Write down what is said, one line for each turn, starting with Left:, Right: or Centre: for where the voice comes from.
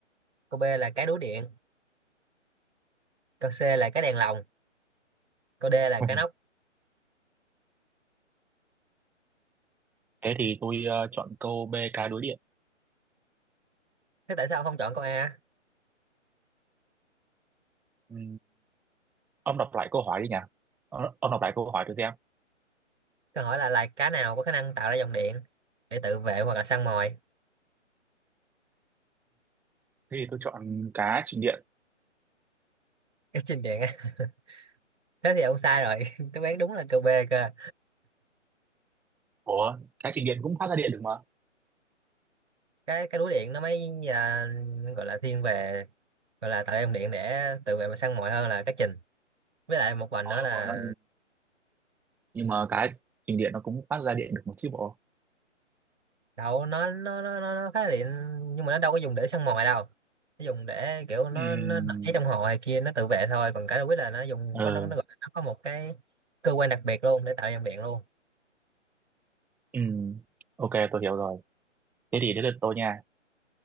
Right: câu B là cái đuối điện câu C là cái đèn lồng câu D là
Centre: <laughs>
Right: cái nóc
Centre: thế thì tôi ờ, chọn câu B cá đối điện
Right: thế tại sao ông không chọn câu A
Centre: ừ, Ông đọc lại câu hỏi đi nhỉ? Ờ, Ông đọc lại câu hỏi cho xem.
Right: Câu hỏi là loài cá nào có khả năng tạo ra dòng điện để tự vệ hoặc là săn mồi?
Centre: Thế thì tôi chọn cá trình điện.
Right: Cái chinh điện á. <laughs> Thế thì ông sai rồi. <laughs> Đáp án đúng là câu B cơ.
Centre: Ủa, cá trình điện cũng phát ra điện được mà.
Right: Cái cái đuối điện nó mới à, gọi là thiên về gọi là tạo ra dòng điện để tự vệ và săn mồi hơn là cá trình. Với lại một vành
Centre: Ờ,
Right: nữa là
Centre: ủa, nó, nhưng mà cá trình điện nó cũng phát ra điện được một chứ bộ.
Right: đậu nó nó nó nó, nó phá điện nhưng mà nó đâu có dùng để săn mồi đâu. Nó dùng để kiểu nó
Centre: Ừm,
Right: nó nảy trong hồ hay kia nó tự vệ thôi, còn cá đuối là nó dùng
Centre: ờ,
Right: có nó nó, gọi- nó có một cái cơ quan đặc biệt luôn để tạo ra dòng điện luôn.
Centre: ừm, ok, tôi hiểu rồi. Thế thì đến lượt tôi nha.